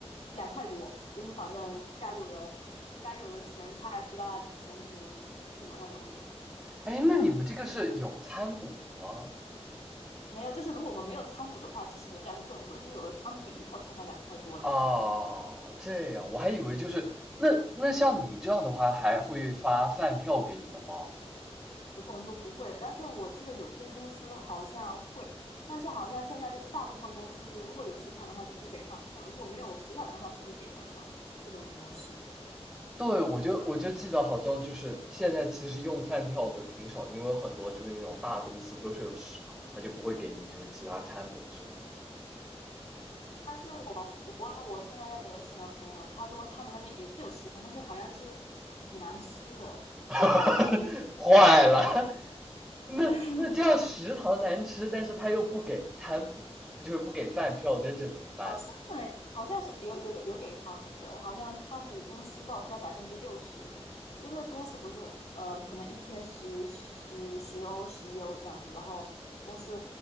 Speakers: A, on the left; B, in the centre.
A: 两块多，就是反正该有的该有的前菜、不辣、甜品基本上都有。
B: 哎，那你们这个是有餐补吗？
A: 没有，就是如果我们没有餐补的话，其实原价是更贵，是有了餐补以后它才两块多的。
B: 啊，这样，
A: 嗯，
B: 我还以为就是那那像你们这样的话，还会发饭票给你们吗？
A: 这种就不会了，但是我记得有些公司好像会，但是好像现在就是大部分公司如果有食堂的话就不给饭票，如果没有食堂的话才会给饭票这种模式。
B: 对，我就我就记得好像就是现在其实用饭票的挺少，因为很多就是那种大公司都是有食堂，他就不会给你就是其他餐补什么的。
A: 但是我我问了我现在在德勤的朋友，他说他们那边也是有食堂，但是好像是挺难吃的，
B: <laughs> 坏了，
A: 所以大家都不能吃对，
B: 那那这样食堂难吃，
A: <laughs>
B: 但是他又不给餐补，就是不给饭票，那这怎么办？
A: 好像好像是有有有有给仓补的，好像仓补公司报销百分之六十，就是公司不是呃可能一天十十十十欧十一欧这样子，然后公司